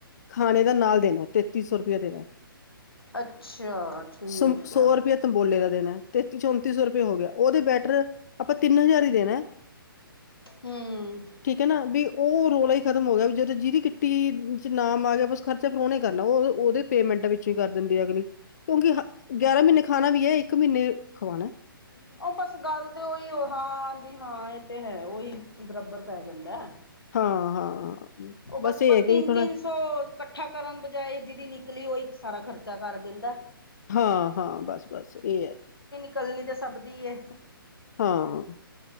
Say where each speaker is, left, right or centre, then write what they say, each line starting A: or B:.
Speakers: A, on the left (about 50°); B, on the left (about 80°).
A: ਖਾਣੇ ਦਾ ਨਾਲ ਦੇਣਾ ਤੇਤੀ ਸੌ ਰੁਪਇਆ ਦੇਣਾ।
B: ਅੱਛਾ ਠੀਕ
A: ਸ-ਸੌ
B: ਹੈ
A: ਰੁਪਏ ਤਮਬੋਲੇ ਦਾ ਦੇਣਾ ਐ। ਤੇਤੀ-ਚੌਂਤੀ ਸੌ ਰੁਪਏ ਹੋ ਗਿਆ, ਉਹਦੇ ਬੈਟਰ ਆਪਾਂ ਤਿੰਨ ਹਜ਼ਾਰ ਹੀ ਦੇਣਾ ਐ। <inaudible>
B: ਹਮ
A: ਠੀਕ ਹੈ ਨਾ ਵੀ ਉਹ ਰੌਲਾ ਹੀ ਖ਼ਤਮ ਹੋ ਗਿਆ ਵੀ ਜਦ ਜਿਹਦੀ ਕਿੱਟੀ ਚ ਨਾਮ ਆ ਗਿਆ ਬਸ ਖਰਚਾ ਫਿਰ ਓਨੇ ਈ ਕਰਨਾ, ਉਹ- ਉਹਦੇ ਪੇਮੈਂਟ ਵਿੱਚ ਹੀ ਕਰ ਦਿੰਦੀ ਆ ਅਗਲੀ ਕਿਉਂਕਿ ਹ ਗਿਆਰਾਂ ਮਹੀਨੇ ਖਾਣਾ ਵੀ ਐ, ਇੱਕ ਮਹੀਨੇ ਖਵਾਣਾ ਐ।
B: ਇਹ ਬਸ ਗੱਲ ਤੇ ਉਹੀ ਓ ਹਾਂਜੀ ਹਾਂ ਇਹ ਤੇ ਹੈ ਉਹੀ ਬਰਾਬਰ ਪੈ ਜਾਂਦਾ।
A: ਹਾਂ ਹਾਂ।
B: ਉਹ ਬਸ
A: ਇਹ
B: ਬ
A: ਹੈ ਕਿ
B: ਤਿੰਨ-ਤਿੰਨ
A: ਵੀ ਥੋੜਾ
B: ਸੋ ਇਕੱਠਾ ਕਰਨ ਬਜਾਏ ਜਿਹਦੀ ਨਿਕਲੀ ਉਹ ਇੱਕ ਸਾਰਾ ਖਰਚਾ ਕਰ ਦਿੰਦਾ।
A: ਹਾਂ-ਹਾਂ, ਬਸ-ਬਸ ਇਹ ਐ।
B: ਕੱਲਣੀ ਤਾਂ ਸਭ ਦੀ ਐ,
A: ਹਾਂ